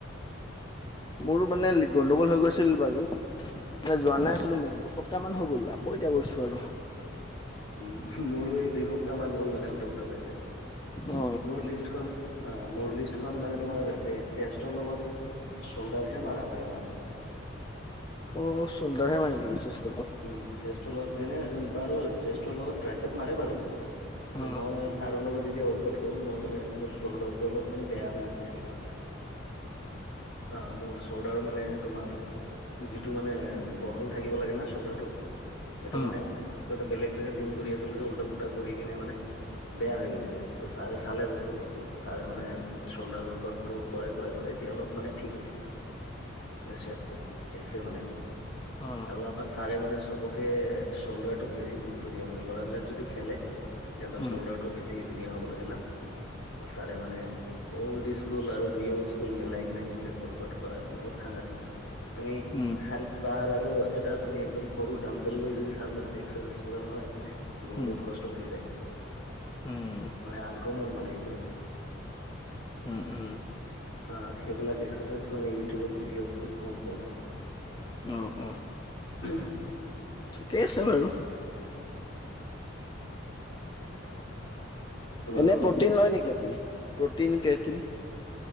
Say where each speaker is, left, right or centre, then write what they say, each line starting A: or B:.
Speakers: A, on the left; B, on the left.
A: মোৰো মানে গণ্ডগোল হৈ গৈছিল বাৰু, মানে যোৱা
B: অ
A: নাই হৈছিলোঁ মই দুসপ্তাহ মান হৈ গ'ল আকৌ এতিয়া গৈছোঁ আৰু।
B: উম! মোৰো এই দুই সপ্তাহ মান হ'ল মানে উল্টা পুল্টা হৈ আছে।
A: অ
B: মোৰ লিষ্টখন অ, মোৰ লিষ্টখন মানে তোমাৰ ‌এই চেষ্টৰ লগত শোল্ডাৰহে মাৰা হয় আমাৰ।
A: অ সৌল্ডাৰ হে মায়ে নেকি ‌‌চে
B: উম! চেষ্টৰ লগত এনে বাৰু চেষ্টৰ লগত ট্ৰাইচেপ মাৰে বাৰু। ত
A: অ
B: মই ছাৰৰ লগত যে তিয়া ৱৰ্কআউট কৰোঁ মই মানে মোৰ চল্ডাৰটো অলপ মানে বেয়া হৈ গৈছিলে মানে। অ মোৰ চল্ডাৰ মানে তোমাৰ যিটো মানে বহল থাকিব লাগে না চল্ডাৰটো সেইটো
A: অ
B: মানে আগতে বেলেগ জেগাত জিম কৰি আছিলোঁ যে উল্টা পুল্টা কৰি কিনে মানে বেয়া হৈ গৈছিলে ত ছাৰে চালে বস্তুটো ত ছাৰে মানে চল্ডাৰ ৱৰ্কআউটটো কৰাই কৰাই কৰাই এতিয়া অলপ মানে ঠিক হৈছে। মানে চেপ টো আহিছিলে মানে।
A: অহ!
B: আৰু আমাৰ ছাৰে মানে চবকে চ'ল্ডাৰ টোত বেছি গুৰুত্ব দিয়ে মানে ল'ৰাবলাক যদি খেলে। সিহঁতৰ
A: উম
B: চ'ল্ডাৰটো বেছি ধুনীয়া হ'ব লাগে না, ত ছাৰে মানে অল্ড স্কুল আৰু নিউ স্কুল মিলাই কিনে যিবিলাক ৱৰ্কআউট কৰাই মানে বহুত সাংঘাতিক। তুমি
A: উম
B: খালি পাৰ আৰু এটা। তুমি একদম সৰু দামবেল লৈ যদি ছাৰ লগত এক্সাৰচাইজ কৰা নহয় বহুত
A: উম
B: কষ্ট থাকি যায়।
A: উম
B: মানে আনকমন মানে এইবিলাক
A: উম! উম!
B: আহ সেইবিলাক এক্সাৰচাইজ মানে ইউটিউবত ভিডিঅ'ত বহুত কম পোৱা যায়।
A: অ অ
B: অ
A: ঠিকেই আছে বাৰু
B: তোমাৰ
A: এনে প্ৰটিন লয় নেকি আপুনি। প্ৰটিন কেটিন